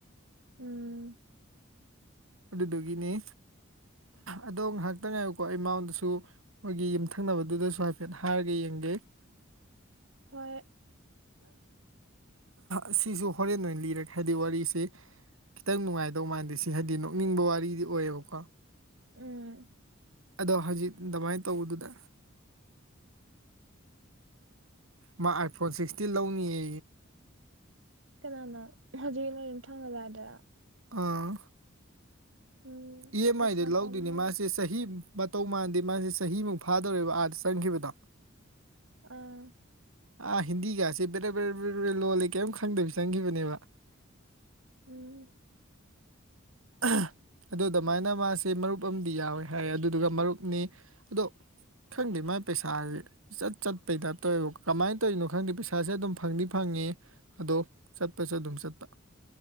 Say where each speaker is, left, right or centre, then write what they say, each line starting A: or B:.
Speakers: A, on the right (about 65°); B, on the right (about 85°).
A: ꯎꯝ
B: ꯒꯅꯤ ꯑꯗꯣ ꯉꯥꯏꯍꯥꯛꯇꯪ ꯉꯥꯏꯌꯨꯀꯣ ꯑꯦꯃꯥꯎꯟꯗꯨꯁꯨ ꯃꯣꯏꯒꯤ ꯌꯨꯝꯊꯪꯅꯕꯗꯨꯗꯁꯨ ꯍꯥꯏꯐꯦꯠ ꯍꯥꯏꯔꯒ ꯌꯦꯡꯒꯦ <inaudible>
A: ꯍꯣꯏ
B: ꯑꯁꯤꯁꯨ ꯍꯣꯔꯦꯟ ꯑꯣꯏꯅ ꯂꯤꯔꯒꯦ ꯍꯥꯏꯗꯤ ꯋꯥꯔꯤꯁꯦ ꯈꯤꯇꯪ ꯅꯨꯡꯉꯥꯏꯗꯧ ꯃꯥꯟꯗꯦ ꯁꯤ ꯍꯥꯏꯗꯤ ꯅꯣꯛꯅꯤꯡꯕ ꯋꯥꯔꯤꯗꯤ ꯑꯣꯏꯌꯦꯕꯀꯣ
A: ꯎꯝ
B: ꯑꯗꯣ ꯍꯧꯖꯤꯛ ꯑꯗꯨꯃꯥꯏꯅ ꯇꯧꯕꯗꯨꯗ ꯃꯥ ꯑꯥꯏꯐꯣꯟ ꯁꯤꯛꯁꯇꯤ ꯂꯧꯅꯤꯌꯦ
A: ꯀꯅꯥꯅꯣ ꯍꯧꯖꯤꯛ ꯅꯣꯏ ꯑꯗꯨꯝ ꯊꯪꯉꯕ ꯌꯥꯗ꯭ꯔꯥ
B: ꯑꯥ
A: ꯎꯝ
B: ꯏ ꯑꯦꯝ
A: ꯄꯩꯁꯥ
B: ꯑꯥꯏꯗ ꯂꯧꯗꯣꯏꯅꯤ
A: ꯄꯥꯝꯃꯣꯏ
B: ꯃꯥꯁꯦ ꯆꯍꯤ ꯃꯇꯧ ꯃꯥꯟꯗꯦ ꯃꯥꯁ ꯆꯍꯤꯃꯨꯛ ꯐꯥꯗꯧꯔꯦꯕ ꯑꯥꯗ ꯆꯪꯈꯤꯕꯗꯣ
A: ꯑꯥ
B: ꯑꯥ ꯍꯤꯟꯗꯤꯒꯁꯦꯕꯦꯕꯦꯕ ꯂꯣꯜꯂꯦ ꯀꯔꯤꯝ ꯈꯪꯗꯕꯤ ꯆꯪꯈꯤꯕꯅꯦꯕ
A: ꯎꯝ
B: ꯑ ꯑꯗꯨ ꯑꯗꯨꯃꯥꯏꯅ ꯃꯥꯁꯦ ꯃꯔꯨꯞ ꯑꯃꯗꯤ ꯌꯥꯎꯋꯦ ꯍꯥꯏ ꯑꯗꯨꯗꯨꯒ ꯃꯔꯨꯞꯅꯤ ꯑꯗꯣ ꯈꯪꯗꯦ ꯃꯥꯥꯏ ꯄꯩꯁꯥ ꯆꯠ ꯆꯠꯄꯩ ꯅꯠꯇꯧꯋꯕ ꯀꯃꯥꯏꯅ ꯇꯧꯔꯤꯅꯣ ꯈꯪꯗꯦ ꯄꯩꯁꯥꯁꯦ ꯑꯗꯨꯝ ꯐꯪꯅꯤ ꯐꯪꯏ ꯆꯪꯉꯤ ꯑꯗꯣ ꯆꯠꯄꯁꯨ ꯑꯗꯨꯝ ꯆꯠꯄ